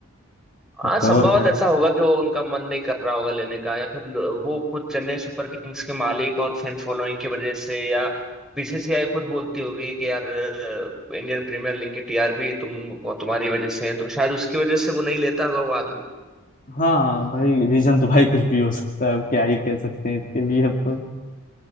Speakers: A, in the centre; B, on the left.
A: हाँ
B: अब
A: संभवत
B: दौर है भाई।
A: ऐसा होगा कि वो उनका मन नहीं कर रहा होगा लेने का या फिर ल- वो खुद चेन्नई सुपर किंग्स के मालिक और फैन फॉलोइंग की वजह से या बीसीसीआई खुद बोलती होगी कि यार अ, इंडियन प्रीमियर लीग की टीआरपी तुम वो तुम्हारी वजह से है तो शायद उसकी वजह से वो नहीं लेता होगा वो आदमी
B: हाँ भाई रीजन तो भाई कुछ भी हो सकता है अब क्या ही कह सकते हैं इसके लिए अब तो